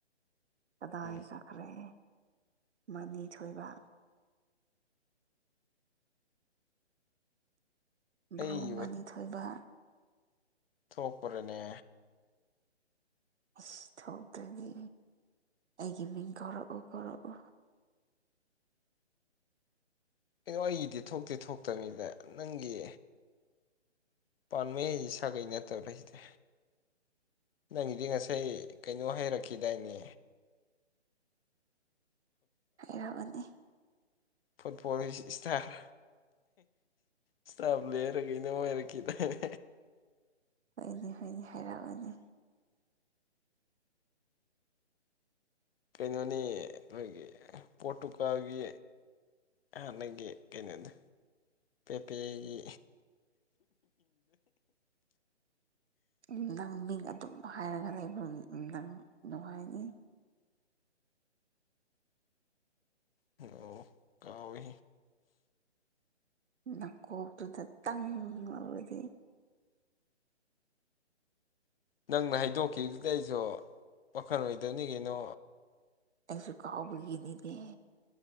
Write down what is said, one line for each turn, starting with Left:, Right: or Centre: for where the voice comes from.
Right: ꯀꯗꯥ
Left: ꯎꯝ
Right: ꯁ ꯈꯔꯦ ꯃꯗꯤ ꯊꯣꯏꯕ
Left: ꯑꯩꯒꯤ
Right: ꯕ꯭ꯔꯣ ꯑꯅꯤꯊꯣꯏꯕ
Left: ꯊꯣꯛꯄ꯭ꯔꯦꯅꯦ
Right: ꯑꯁ ꯊꯣꯛꯇꯗꯤ ꯑꯩꯒꯤ ꯃꯤꯡ ꯀꯧꯔꯛꯎ ꯀꯧꯔꯛꯎ
Left: ꯀꯩꯅꯣ ꯑꯩꯒꯤꯗꯤ ꯊꯣꯛꯇꯦ ꯊꯣꯛꯇꯅꯤꯗ ꯅꯪꯒꯤ ꯄꯥꯟꯩ ꯍꯥꯏꯁꯤ ꯁꯥꯒꯩ ꯅꯠꯇꯕ꯭ꯔꯥ ꯁꯤꯗꯤ ꯅꯪꯒꯤꯗꯤ ꯉꯁꯥꯏ ꯀꯩꯅꯣ ꯍꯩꯔꯛꯈꯤꯗꯥꯏꯅꯦ
Right: ꯍꯥꯏꯔꯛꯑꯣꯅꯦ
Left: ꯐꯨꯠꯕꯣꯜ ꯏꯁ ꯏꯁꯇꯥꯔ ꯏꯁꯇꯥꯕ ꯂꯦꯔꯒꯩꯅ ꯑꯣꯏꯔꯛꯈꯤꯗꯅꯦ
Right: ꯍꯣꯏꯅꯤ ꯍꯣꯏꯅꯤ ꯍꯥꯏꯔꯛꯑꯅꯤ
Left: ꯀꯩꯅꯣꯅꯤ ꯑꯩꯈꯣꯏꯒꯤ ꯄꯣꯔꯇꯨꯀꯜꯒꯤ ꯍꯥꯟꯅꯒꯤ ꯀꯩꯅꯣꯗ ꯄꯦꯄꯦꯒꯤ
Right: ꯨꯝ ꯅꯪ ꯃꯤꯡ ꯑꯗꯨꯝ ꯍꯥꯏꯔꯒ ꯂꯩ ꯑꯩꯕꯨꯗꯪ ꯅꯨꯡꯉꯥꯏꯅꯤ
Left: ꯑꯣ ꯀꯥꯎꯍ
Right: ꯅꯀꯣꯛꯇꯨꯗ ꯇꯪ ꯂꯧꯔꯗꯤ
Left: ꯅꯪꯅ ꯍꯥꯏꯗꯣꯛꯈꯤꯕꯗꯨꯗ ꯑꯩꯁꯨ ꯋꯥꯈꯜ ꯑꯣꯏꯗꯕꯅꯤ ꯀꯩꯅꯣ
Right: ꯑꯩꯁꯨ ꯀꯥꯎꯕꯒꯤꯅꯤꯅꯦ